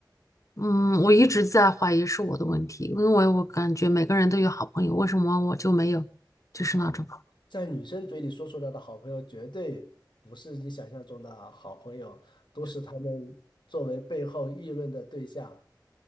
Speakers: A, on the left (about 45°); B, on the left (about 80°).
A: 嗯，我一直在怀疑是我的问题，因为我感觉每个人都有好朋友，为什么我就没有？就是那种
B: 啊！在女生嘴里说出来的好朋友，绝对不是你想象中的好朋友，都是他们作为背后议论的对象。